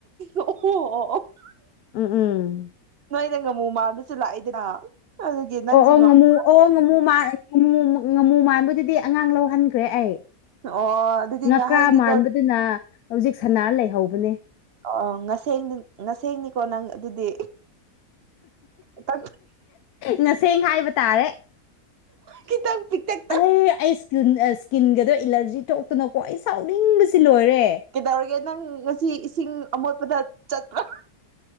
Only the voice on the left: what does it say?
ꯎꯝ ꯎꯝ
ꯑꯣ ꯑꯣ
ꯉꯥꯃꯨ ꯑꯣ ꯉꯥꯃꯨ ꯉꯥꯃꯨ ꯉꯥꯃꯨ ꯃꯥꯟꯕꯗꯨꯗꯤ ꯑꯉꯥꯡ ꯂꯧꯍꯟꯈ꯭ꯔꯦ ꯑꯩ
ꯉꯀ꯭ꯔꯥ
ꯃꯥꯟꯕꯗꯨꯅ ꯍꯧꯖꯤꯛ ꯁꯅꯥꯔ ꯂꯩꯍꯧꯕꯅꯦ
ꯉꯁꯦꯡ ꯍꯥꯏꯕ ꯇꯥꯔꯦ
ꯑꯍꯩ ꯑꯩ ꯏꯁꯀꯤꯟ ꯏꯁꯀꯤꯟꯒꯗꯣ ꯑꯦꯂꯔꯖꯤ ꯊꯣꯛꯇꯅꯀꯣ ꯑꯩ ꯁꯥꯎꯅꯤꯡꯕꯁꯤ ꯂꯣꯏꯔꯦ